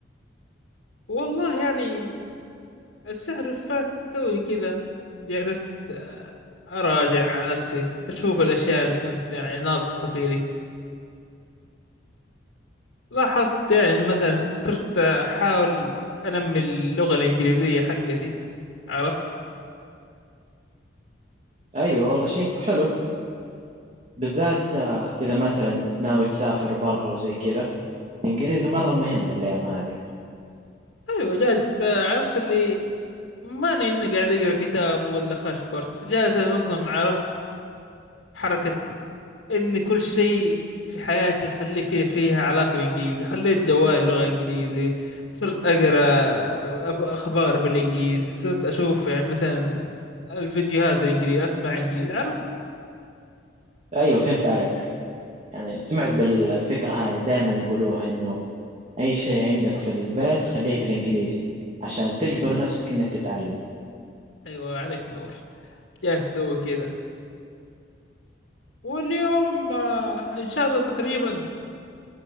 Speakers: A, on the left (about 85°); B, on the right (about 35°).
A: والله يعني الشهر اللي فات توي كذا جلست آه، أراجع نفسي أشوف الأشياء اللي كنت يعني ناقصة فيني لاحظت يعني مثلا صرت أحاول أنمي اللغة الإنجليزية حقتي عرفت
B: ايوه والله شيء حلو بالذات آه، اذا مثلا ناوي تسافر برا وزي كذا الانجليزي مرة مهم الايام هذه
A: أيوة جالس آه، عرفت اللي ماني إني قاعد أقرأ كتاب ولا خاش كورس جالس أنظم عرفت حركة ان كل شيء في حياتي خليك فيها علاقة بالانجليزي خليت جوالي لغة انجليزي صرت اقرا اخبار بالانجليزي صرت اشوف يعني مثلا الفيديوهات بالانجليزي اسمع انجليزي عرفت
B: ايوه فهمت عليك يعني سمعت بالفكره هذه دائما يقولوها انه اي شيء عندك في البيت خليه بالانجليزي عشان تجبر نفسك انك تتعلم
A: ايوه عليك نور جالس اسوي كذا واليوم آه، ان شاء الله تقريبا